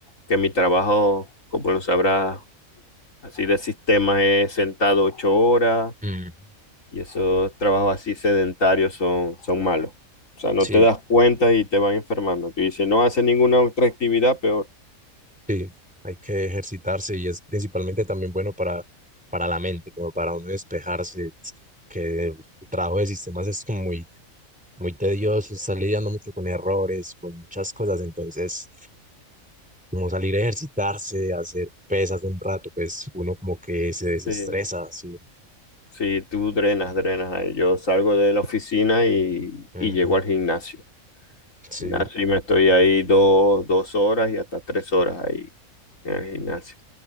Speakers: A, on the left; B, in the centre.
A: que mi trabajo, como lo sabrás, así de sistema es sentado ocho horas
B: Mm,
A: y esos trabajos así sedentarios son, son malos. O sea, no
B: sí,
A: te das cuenta y te vas enfermando. Tú dices, no haces ninguna otra actividad, peor.
B: sí, hay que ejercitarse y es principalmente también bueno para, para la mente, como para uno despejarse, Es que el trabajo de sistemas es como muy, muy tedioso, está lidiando mucho con errores, con muchas cosas, entonces como salir a ejercitarse, hacer pesas un rato, pues uno como que se desestresa,
A: Sí,
B: sí,
A: sí, tú drenas, drenas. Yo salgo de la oficina y,
B: Ujú.
A: y llego al gimnasio.
B: Sí,
A: Gimnasio y me estoy ahí dos, dos horas y hasta tres horas ahí en el gimnasio.